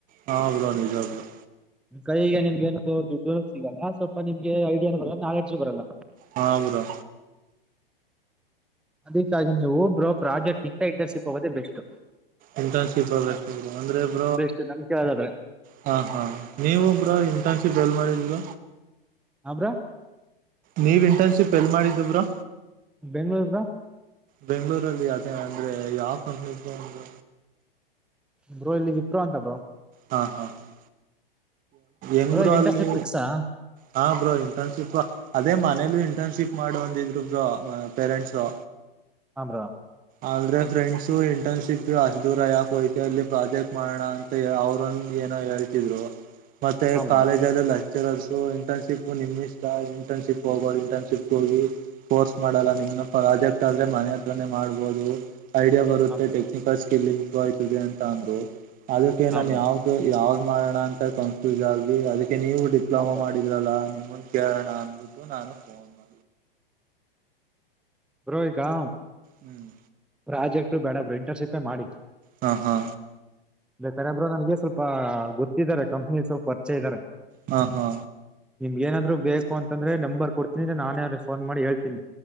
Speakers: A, on the right; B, in the centre.
A: ಹ್ರ ನಿಜ ಆ್ರ
B: ಕೈಗ ನಿಮ್ಗೆ ಏನದು ದುಡ್ಡ ಸಿಗಲ್ಲ ಸ್ವಲ್ಪ ನಿಮ್ಗೆ ಐಡಿಯಾನು ಬರಲ್ಲ ನಾಲೆಡ್ಜು ಬರಲ್ಲ
A: ಹಾ ಬ್ರೋ
B: ಅದಕ್ಕಾಗಿ ನೀವು ಬ್ರೋ ಪ್ರಾಜೆಕ್ಟ್ಗಿಂತ ಇಂಟರ್ನ್ಶಿಪ್ ಹೋಗೋದೇ ಬೆಸ್ಟ್
A: ಇಂಟರ್ನ್ಶಿಪ್ ಆಗ ಅಂದ್ರೆ ಇಬ್
B: ಬೆಸ್ಟ್ ನನ್ ಕೇಳೋದಾದ್ರೆ
A: ಹಾ ಹಾ ನೀವ ಒಬ್ಬ್ರ ಇಂಟರ್ನ್ಶಿಪ್ ಎಲ್ ಮಾಡಿದ್ರ
B: ಹಬ್ರಾ
A: ನೀವ್ ಇಂಟರ್ನ್ಶಿಪ್ ಎಲ್ಲಿ ಮಾಡಿದ್ದಿವ್ರಾ
B: ಬೆಂಗಳೂರಗ
A: ಬೆಂಗ್ಗಳೂರಲ್ಲಿ ಯ ಅಂದ್ರೆ ಯಾವ ಕಂಪ್ನಿ ಅಂದ
B: ಬರು ಇಲ್ಲಿ ವಿಪರು ಅಂತ ಬ್ರರು
A: ಹಾ ಹಾ ಹಾ ಎಂಗರುೂ
B: ಬ್ರೋ ಇಂಟರ್ನ್ಶಿಪ್
A: ಅಲ್ಲಿ
B: ಫಿಕ್ಸಾ
A: ಹಾ ಬ್ರೋ ಇಂಟರ್ನ್ಶಿಪ್ ಅದೇ ಮನೇಲಿ ಇಂಟರ್ನ್ಶಿಪ್ ಮಾಡಿ ಬಂದಿದ್ರುಬ್ ಪೇರೆಂಟ್ಸರು
B: ಹಮ ರಾ
A: ಆದ್ರೆ ಫ್ರೆಂಡ್ಸು ಇಂಟರ್ನ್ಶಿಪ್ ಅಷ್ಟ ದೂರ ಯಾಕೋಯತ ಅಲ್ಲಿ ಪ್ರಾಜೆಕ್ಟ್ ಮಾಡೋಣ ಅಂತ ಅವ ಏನೋ ಹೇಳ್ತಿದ್ರು ಮತ್ತೆ
B: ಹ ಬ್ರೋ
A: ಕಾಲೇಜ್ ಲೆಕ್ಚರರ್ಸ್ ಇಂಟರ್ನ್ಶಿಪ್ ನಿಮ ಇಷ್ಟ ಇಂಟರ್ನ್ಶಿಪ್ ಹೋಗೋ ಇಂಟರ್ನ್ಶಿಪ್ ಹೋಗಿ ಕೋರ್ಸ್ ಮಾಡಲ್ಲ ನಿಮ್ನ ಪ್ರಾಜೆಕ್ಟ್ ಆದ್ರೆ ಮನೆ ಹತ್ರನೇ ಮಾಡ್ಬೋದು ಐಡಿಯಾ ಬರು
B: ಹ
A: ಟೆಕ್ನಿಕಲ್
B: ಬ್ರೋ
A: ಸ್ಕಿಲ್ ಇಂಪ್ರೂವ್ ಆಯ್ತದೆ ಅಂತ ಅಂದ್ರು ಅದಕ್ಕೆ
B: ಹ
A: ನಾನ
B: ಬ್ರೋ
A: ಯಾವ್ದ ಯಾವ್ದ್ ಮಾಡೋಣ ಅಂತ ಕನ್ಫ್ಯೂಸ್ ಆಗಿ ಅದಕ್ಕೆ ನೀವು ಡಿಪ್ಲೋಮಾ
B: ಹ ಬ್ರೋ
A: ಮಾಡಿದ್ರಲ್ಲ ನಿಮ್ಮ ಕೇಳರಣ ಅನ್ಬಿಟ್ಟು ನಾನು ಫೋನ್ ಮಾಡ
B: ರೋಹಿಗಾ
A: ಹ್ಮ್
B: ಪ್ರಾಜೆಕ್ಟ್ ಬೇಡ ಬ್ರರು ಇಂಟರ್ಶಿಪೇ ಮಾಡಿ
A: ಹಾ ಹಾ
B: ಇ ಕರೆಬ್ರು ನನಗೆ ಸ್ವಲ್ಪ ಗೊತ್ತಿದ್ದಾರೆ ಕಂಪ್ನಿ ಸ್ವಲ್ಪ ಪರಿಚೆ ಇದ್ದಾರೆ
A: ಹಾ ಹಾ
B: ನಿಮ್ಗೆ ಏನ್ರು ಬೇಕ ಅಂತಂದ್ರೆ ನಂಬರ್ ಕೊಡ್ತೀನಿ ನಾನೇ ಅವ್ರ ಫೋನ್ ಮಾಡಿ ಹೇಳ್ತೀನಿ